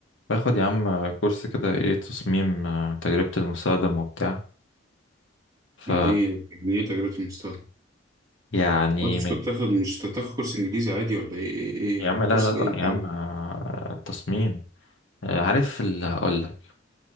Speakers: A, on the left; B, on the right.
A: باخد يا عم كورس كده ايه تصميم آه، تجربة المستخدم وبتاع ف
B: يعني ايه يعني ايه تجربة المستقبل
A: يعني
B: انت مش
A: مل...
B: كنت تاخد مش تاخد كورس انجليزي عادي ولا ايه ايه, إيه؟
A: يا عم لا
B: كورس
A: لا
B: ايه
A: لا
B: التجربة
A: يا عم آه، تصميم آه، عارف اللي هقول لك